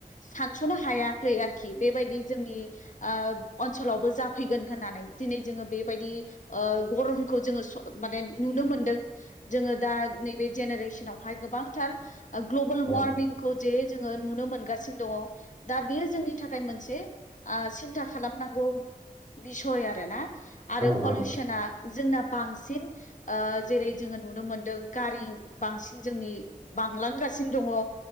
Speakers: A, on the left; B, in the centre.
A: सानस'नो हायाखै आरोखि बेबायदि जोंनि ओनसोलाव बो जाफैगोन होननानै दिनै जोङो बेबायदि ओ गरमखौ जोङो स माने नुनो मोनदों। जोङो दा नैबे जेनेरेसनावहाय गोबांथार ग्लबेल
B: औ
A: वार्मिंखौ जे जोङो नुनो मोनगासिनो दङ। दा बेयो जोंनि थाखाय मोनसे आ सिन्था खालामनांगौ बिसय आरोना आरो
B: औ
A: पलिउसना
B: औ
A: जोंना बांसिन जेरै जोंङो नुनो मोनदों गारि बांसिन जोंनि बांलांगासिनो